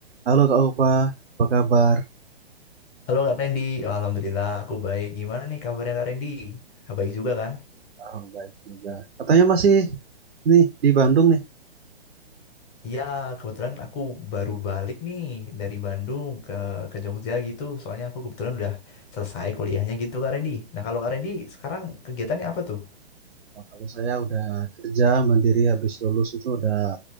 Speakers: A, on the right; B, on the left.
A: Halo Kak Upa, apa kabar?
B: Halo Kak Randy, Alhamdulillah aku baik. Gimana nih kabarnya Kak Randy? Baik juga kan?
A: Oh, baik juga. Katanya masih ini di Bandung nih.
B: Iya, kebetulan aku baru balik nih dari Bandung ke ke Jogja gitu. Soalnya aku kebetulan udah selesai kuliahnya gitu Kak Randy. Nah kalau Kak Randy sekarang kegiatannya apa tuh?
A: Oh, kalau saya udah kerja mandiri habis lulus itu udah